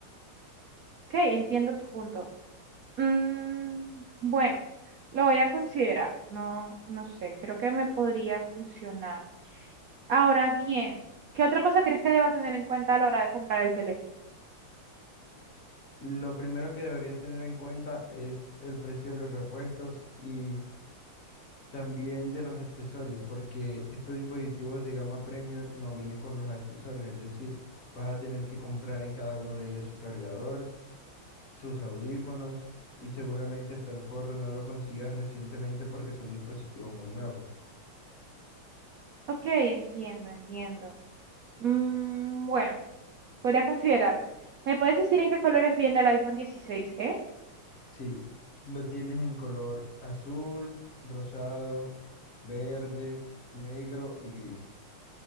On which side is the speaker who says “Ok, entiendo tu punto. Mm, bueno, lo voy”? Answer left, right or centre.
Right